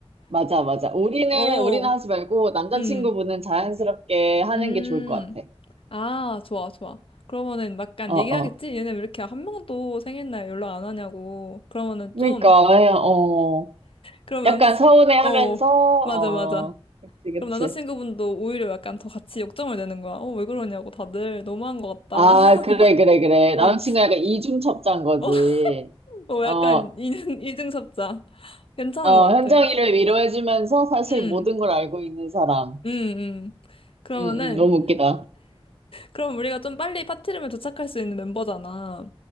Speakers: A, on the right (about 85°); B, on the left (about 65°).
A: 맞아, 맞아. 우리는
B: 어, 어.
A: 우리는 하지 말고 남자친구분은
B: 음.
A: 자연스럽게 하는
B: 음.
A: 게 좋을 것 같아.
B: 아, 좋아, 좋아. 그러면은 약간
A: 어,
B: 얘기하겠지?
A: 어.
B: 얘네 왜 이렇게 한 명도 생일날 연락 안 하냐고. 그러면은
A: 그러니까
B: 좀,
A: 어.
B: 그럼
A: 약간
B: 남자친,
A: 서운해하면서
B: 어,
A: 어
B: 맞아, 맞아.
A: 그치 그치
B: 그럼 남자친구분도 오히려 약간 더 같이 역정을 내는 거야. 어, 왜 그러냐고. 다들 너무한 것 같다.
A: 아
B: <laughs>
A: 그래 그래 그래
B: 어,
A: 남친과 약간 이중첩자인 거지
B: 어, 어,
A: 어현
B: 약간 이중, 이중섭자. 괜찮은
A: 어,
B: 것
A: 현정이를
B: 같아.
A: 위로해주면서 사실
B: 응,
A: 모든 걸 알고 있는 사람
B: 응, 응. 그러면은,
A: 응 응 너무 웃기다
B: 그럼 우리가 좀 빨리 파티룸에 도착할 수 있는 멤버잖아.